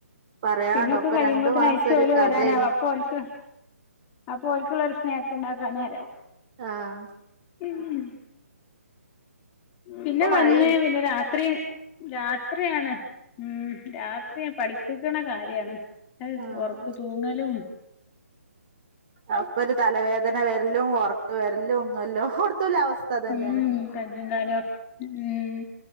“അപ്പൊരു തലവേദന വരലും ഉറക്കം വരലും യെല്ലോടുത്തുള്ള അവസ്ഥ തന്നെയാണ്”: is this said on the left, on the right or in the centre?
Right